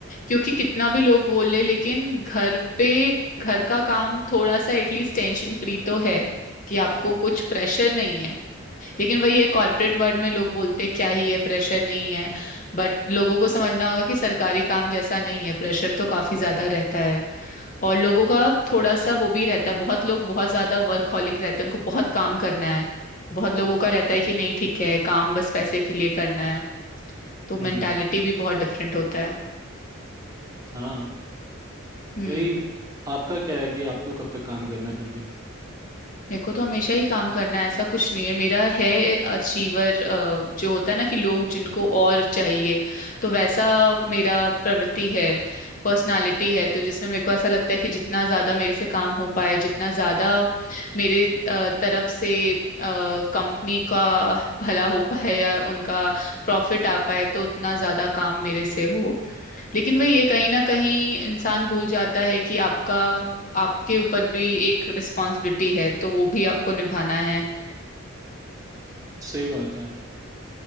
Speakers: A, on the left; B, on the right.
A: क्योंकि कितना भी लोग बोले लेकिन घर पे घर का काम थोड़ा सा एटलीस्ट टेंशन फ्री तो है कि आपको कुछ प्रेशर नहीं है लेकिन वही है कॉर्पोरेट वर्ल्ड में लोग बोलते क्या ही है प्रेशर नहीं है बट लोगों को समझना होगा कि सरकारी काम जैसा नहीं है प्रेशर तो काफी ज्यादा रहता है और लोगों का थोड़ा सा वो भी रहता है बहुत लोग बहुत ज्यादा वर्कहॉलिक रहते हैं उनको बहुत काम करना है बहुत लोगों का रहता है कि नहीं ठीक है काम बस पैसे के लिए करना है तो
B: हम्म
A: मेंटालिटी भी बहुत डिफरेंट होता है
B: हाँ
A: हम्म।
B: वही आपका क्या है कि आपको कब तक काम करना है फिर भी
A: मेरे को तो हमेशा ही काम करना है ऐसा कुछ नहीं है मेरा है अचीवर जो होता है ना कि लोग जिनको और चाहिए तो वैसा मेरा प्रवृत्ति है पर्सनालिटी है तो जिसमें मेरे को ऐसा लगता है कि जितना ज्यादा मेरे से काम हो पाए जितना ज्यादा मेरे अ, तरफ से कंपनी का भला हो पाए या उनका प्रॉफिट आ पाए तो उतना ज्यादा काम मेरे से हो लेकिन वही ये कहीं ना कहीं इंसान भूल जाता है कि आपका आपके ऊपर भी एक रिस्पॉन्सिबिलिटी है तो वो भी आपको निभाना है
B: सही बात है